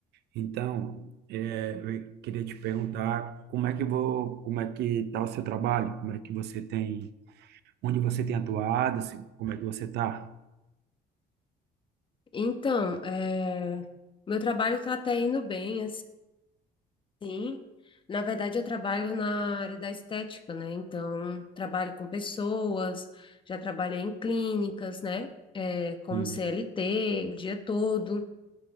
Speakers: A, on the right; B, on the left.
A: Então, é, eu queria te perguntar como é que vou, como é que tá o seu trabalho? Como é que você tem, onde você tem atuado? Se- Como é que você tá?
B: Então, é, meu trabalho tá até indo bem, assim. Na verdade, eu trabalho na área da estética, né? Então, trabalho com pessoas, já trabalhei em clínicas, né? É, como
A: Sim,
B: CLT o dia todo,